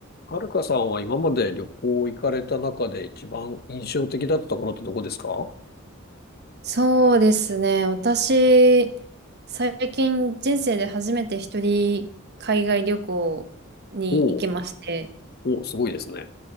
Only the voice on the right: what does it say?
そうですね。私、最近人生で初めて一人海外旅行に行きまして、